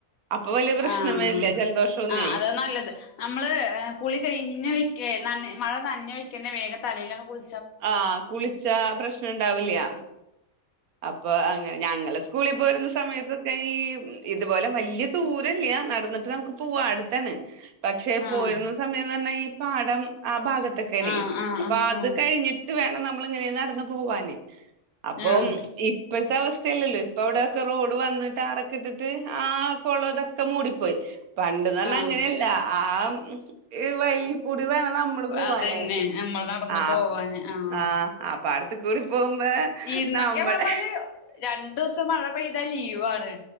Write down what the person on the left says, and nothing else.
ആഹ്
ആഹ് അതാ നല്ലത്. നമ്മള് കുളി കഴിഞ്ഞ വെക്ക നന മഴ നഞ്ഞ വെക്കന്നെ വേഗം തലയിലാണ് കുൾ
ആഹ്
ആഹ് ആഹ്
ആഹ്
ആഹ്
ആഹ്
ആഹ്
അതന്നെ നമ്മൾ നടന്നു
പോവാന് ആഹ്
ഇന്നൊക്കെ
പറഞ്ഞാല് രണ്ടുസം മഴ പെയ്താ ലീവാണ്.